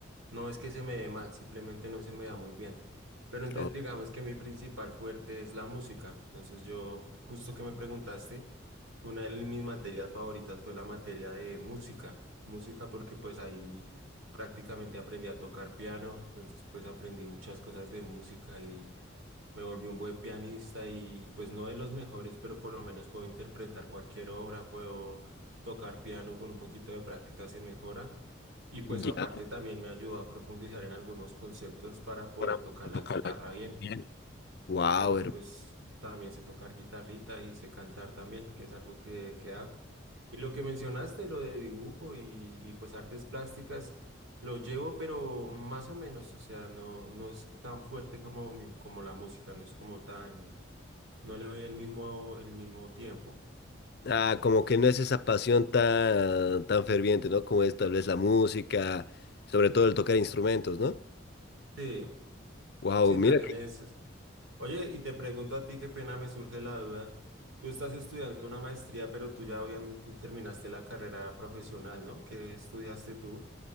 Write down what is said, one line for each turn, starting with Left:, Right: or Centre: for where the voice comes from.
Right: no es que se me dé mal, simplemente no se me da muy bien. Pero entonces
Left: o-
Right: digamos que mi principal fuerte es la música. Entonces yo, justo que me preguntaste, una de mis materias favoritas fue la materia de música. Música porque pues ahí prácticamente aprendí a tocar piano, entonces pues aprendí muchas cosas de música y me volví un buen pianista y pues no de los mejores, pero por lo menos puedo interpretar cualquier obra, puedo tocar piano con un poquito de práctica se mejora. Y pues
Left: ya.
Right: aparte también me ayudó a profundizar en algunos conceptos para poder
Left: para
Right: tocar la
Left: tocarla
Right: guitarra bien,
Left: bien. Wow,
Right: porque pues también sé tocar guitarrita y sé cantar también, que es algo que, que hago. Y lo que mencionaste, lo de dibujo y, y pues artes plásticas, lo llevo, pero más o menos, o sea, no, no es tan fuerte como, mi- como la música, no es como tan no le doy el mismo, el mismo tiempo.
Left: Ah, como que no es esa pasión tan, tan ferviente, ¿no? Como es tal vez la música, sobre todo el tocar instrumentos, ¿no?
Right: Sí,
Left: Wow,
Right: sí,
Left: mira.
Right: también
Left: que-
Right: es. es- Oye, y te pregunto a ti, qué pena me surge la duda. Tú estás estudiando una maestría, pero tú ya obviamente terminaste la carrera profesional, ¿no? ¿Qué estudiaste tú?